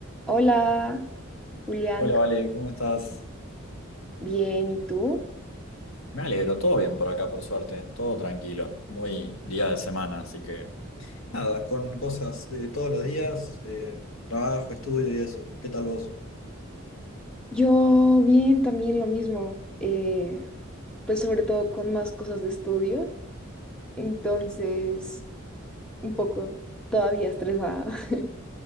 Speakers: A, in the centre; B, on the left.
A: Hola, Julián,
B: Hola, Vale, ¿cómo estás?
A: bien, ¿y tú?
B: Me alegro, todo bien por acá, por suerte, todo tranquilo, muy día de semana, así que nada, con cosas de todos los días, eh, trabajo, estudio y eso. ¿Qué tal vos?
A: Yo bien, también lo mismo, eh, pues sobre todo con más cosas de estudio, entonces un poco todavía estresada. <laughs>